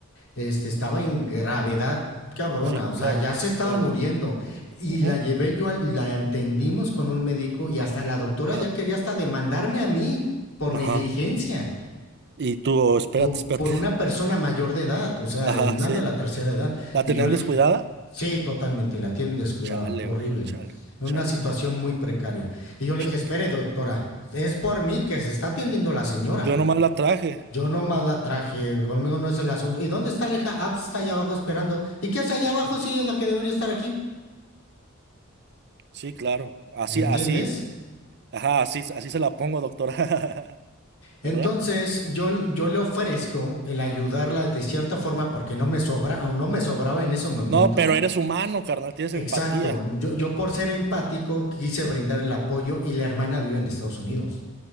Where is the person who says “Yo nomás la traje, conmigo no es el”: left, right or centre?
Left